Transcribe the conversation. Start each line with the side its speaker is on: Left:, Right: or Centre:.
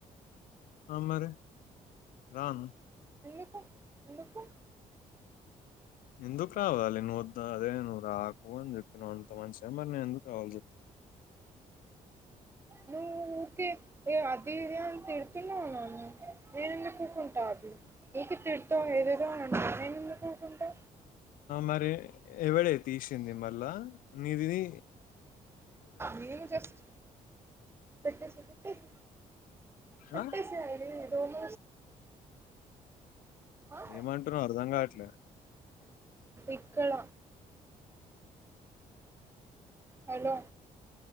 Left: ఆ మరీ రాను
Right: ఎందుకు ఎందుకు
Left: ఎందుకు రావాలి నువ్వు వద్ అదే నువ్వు రాకు అని చెప్పినవు అంత మంచిగా, మరి నేను ఎందుకు రావాలి చెప్పు
Right: నువ్వు ఊకే ఏ అది ఇది అని తిడుతూనే ఉన్నావు, నేను ఎందుకు ఊకుంటా అది. ఊకే తిడుతవ్ ఏదేదో అంటావ్ నేను ఎందుకు ఊకుంటా.
Left: మరి ఎవడే తీసింది మళ్ళా నీది తియి
Right: నేను జస్ట్ పెట్టేసాక ఇఫ పెట్టేశాడే
Left: ఆ!
Right: దొంగ ఆ?
Left: ఏమంటున్నవు అర్ధం కావట్లే
Right: ఇక్కడ హలో